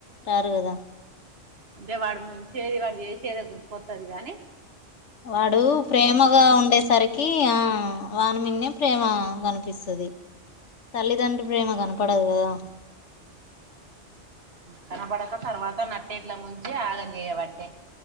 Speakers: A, on the left; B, on the right.
A: రారు కదా
B: అంటే వాడు ముంచేది వాడు చేసేదే గుర్తుకొస్తాది గాని
A: వాడు ప్రేమగా ఉండేసరికి ఆ వానిమీన్నే ప్రేమ కనిపిస్తది తల్లిదండ్రి ప్రేమ కనపడదు కదా
B: కనపడక తర్వాత నట్టేట్ల ముంచి ఆగం చేయబట్టే